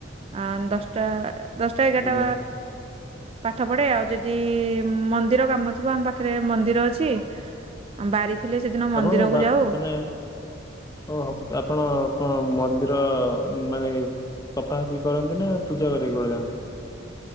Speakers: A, on the right; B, on the left.
A: ଆ ଦଶଟା ଦଶଟା ଏଗାରଟା
B: ଆଜ୍ଞା
A: ପାଠ ପଢ଼େ। ଆଉ ଯଦି ଉଁ ମନ୍ଦିର କାମ ଥିବ, ଆମ ପାଖରେ ମନ୍ଦିର ଅଛି। ଆମ ବାରି ଥିଲେ ସେଦିନ ମନ୍ଦିରକୁ
B: ଆପଣଙ୍କ
A: ଯାଉ।
B: <inaudible> ଓହୋ। ଆପଣ କଣ ମନ୍ଦିର ମାନେ ସଫାସଫି କରନ୍ତି ନା ପୂଜା କରିବାକୁ କୁଆଡ଼େ ଯାଆନ୍ତି?